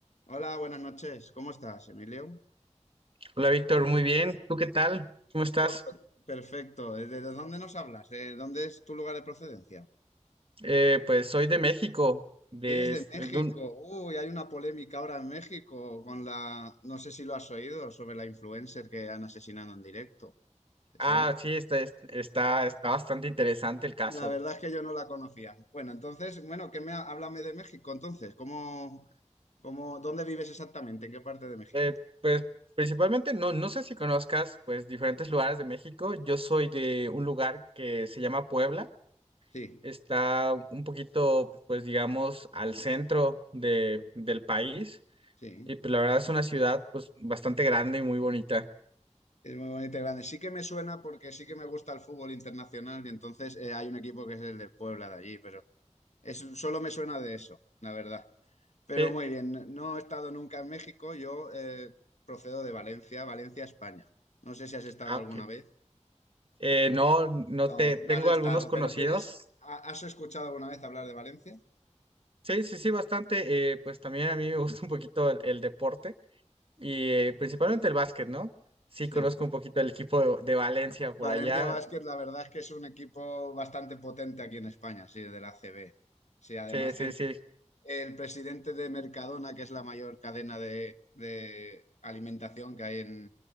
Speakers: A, on the left (about 70°); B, on the right (about 50°).
A: Hola, buenas noches. ¿Cómo estás, Emilio?
B: Hola Víctor, muy bien. ¿Tú qué tal? ¿Cómo estás?
A: Yo, Perfecto. ¿Desde dónde nos hablas? ¿Eh, ¿Dónde es tu lugar de procedencia?
B: Eh, pues soy de México. De,
A: ¿Eres de
B: es-
A: México?
B: de un-
A: Uy, hay una polémica ahora en México con la, no sé si lo has oído, sobre la influencer que han asesinado en directo. ¿Te suena?
B: ah, sí, está, es- está, está bastante interesante el caso.
A: La verdad es que yo no la conocía. Bueno, entonces, bueno, ¿qué me ha- háblame de México entonces? ¿Cómo, cómo, dónde vives exactamente? ¿En qué parte de México?
B: Eh, pues principalmente, no, no sé si conozcas pues diferentes lugares de México. Yo soy de un lugar que se llama Puebla.
A: Sí,
B: Está un poquito, pues digamos, al centro de, del país.
A: sí.
B: Y pues la verdad es una ciudad pues bastante grande y muy bonita.
A: Es muy bonito y grande. Sí que me suena porque sí que me gusta el fútbol internacional y entonces eh, hay un equipo que es el de Puebla de allí, pero es, solo me suena de eso, la verdad. Pero
B: Sí,
A: muy bien, no he estado nunca en México, yo eh, procedo de Valencia, Valencia, España. No sé si has estado
B: ah,
A: alguna
B: ok.
A: vez.
B: Eh, no, no
A: No,
B: te
A: no
B: tengo
A: has estado,
B: algunos conocidos
A: pero tienes, ha- ¿has escuchado alguna vez hablar de Valencia?
B: Sí, sí, sí, bastante. eh, pues también a mí me gusta un poquito el, el deporte y eh, principalmente el básquet, ¿no? Sí,
A: Sí.
B: conozco un poquito el equipo de, de Valencia por
A: Valencia
B: allá.
A: Basket, la verdad es que es un equipo bastante potente aquí en España, sí, de la ACB. Sí, además
B: Sí, sí,
A: tiene
B: sí.
A: el presidente de Mercadona, que es la mayor cadena de, de alimentación que hay en,